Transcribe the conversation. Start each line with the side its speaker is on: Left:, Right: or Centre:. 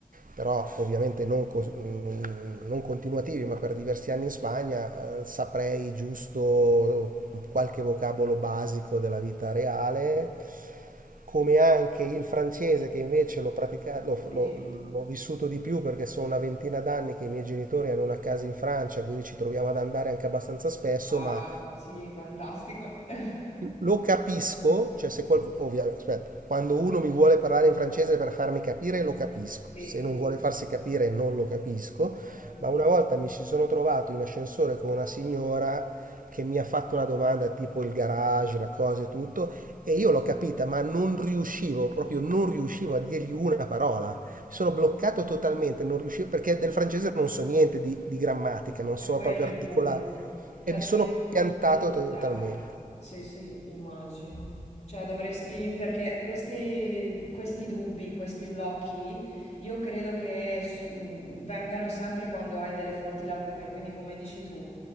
Right: però ovviamente non, co- mh, non continuativi, ma per diversi anni in Spagna, eh, saprei giusto qualche vocabolo basico della vita reale, come anche il francese che invece l'ho, praticato, l'ho,
Left: Sì.
Right: l'ho- l'ho vissuto di più perché sono una ventina d'anni che i miei genitori hanno una casa in Francia, quindi ci troviamo ad andare anche abbastanza spesso,
Left: Wow,
Right: ma
Left: sì, fantastico. <laughs>
Right: lo capisco, cioè se qualcuno, ovviamente, aspetta, quando uno mi vuole parlare in francese per farmi capire lo capisco,
Left: Sì,
Right: se non vuole farsi capire non lo capisco,
Left: certo.
Right: ma una volta mi ci sono trovato in ascensore con una signora che mi ha fatto una domanda tipo il garage, la cosa e tutto, e io l'ho capita, ma non riuscivo, proprio non riuscivo a dirgli una parola. Mi sono bloccato totalmente, non riuscivo, perché del francese non so niente di, di grammatica, non
Left: È
Right: so
Left: quello
Right: proprio
Left: il
Right: articolare,
Left: punto. Cioè
Right: e mi
Left: dovresti
Right: sono piantato totalmente.
Left: studiarlo. Sì, sì, immagino. Cioè dovresti, perché questi, questi dubbi, questi blocchi, io credo che s- mh, vengano sempre quando hai delle forti lacune. Quindi come dici tu,